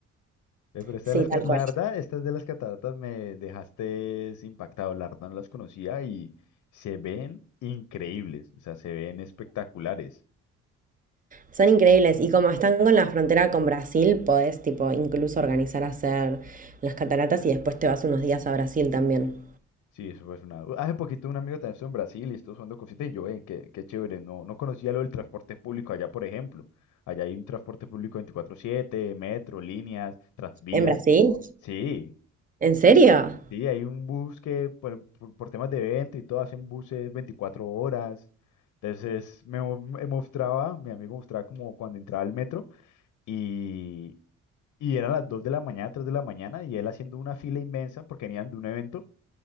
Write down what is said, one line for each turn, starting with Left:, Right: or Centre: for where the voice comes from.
Left: Eh, pero esta
Right: sí,
Left: de las,
Right: tal
Left: ca-
Right: cual.
Left: la verdad, estas de las cataratas me dejaste impactado. La verdad no las conocía y se ven increíbles, o sea, se ven espectaculares.
Right: Son increíbles y como están con la frontera con Brasil, podés tipo incluso organizar hacer las cataratas y después te vas unos días a Brasil también.
Left: Sí, eso fue una... Hace poquito un amigo también estuvo en Brasil y estuvo usando cositas y yo, eh, qué, qué chévere, no, no conocía lo del transporte público allá, por ejemplo. Allá hay un transporte público 24/7, metro, líneas, transvías.
Right: ¿En Brasil?
Left: Sí,
Right: ¿En serio?
Left: sí, hay un bus que por, por- por temas de evento y todo hacen buses 24 horas. Entonces me, mo- me mostraba, mi amigo mostraba como cuando entraba al metro y, y eran las 2 de la mañana, 3 de la mañana y él haciendo una fila inmensa porque venían de un evento